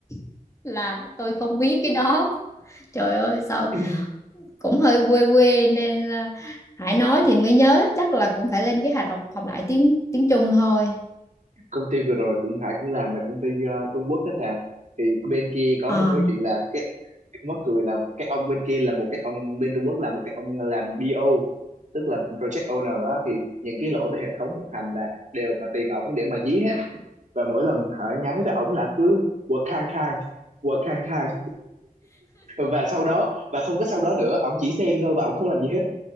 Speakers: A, on the left; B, on the right.
A: <laughs> là tôi không biết cái đó trời ơi sao
B: <clears throat>
A: cũng hơi quê quê nên à, Hải nói thì mới nhớ chắc là cũng phải lên kế hoạch học học lại tiếng tiếng Trung thôi
B: công ty vừa rồi cũng Hải cũng làm là công ty ờ, Trung Quốc hết à thì bên kia có
A: Ờ.
B: một cái chuyện là cái mắc cười là cái ông bên kia là một cái ông bên Trung Quốc là một cái ông làm BO tức là Project Owner á, thì những cái lỗi về hệ thống vận hành là đều mà tìm ổng để mà dí hết và mỗi lần Hải nhắn với ổng là cứ work khang khang work khang khang và sau đó và không có sau đó nữa ổng chỉ xem thôi và ổng không làm gì hết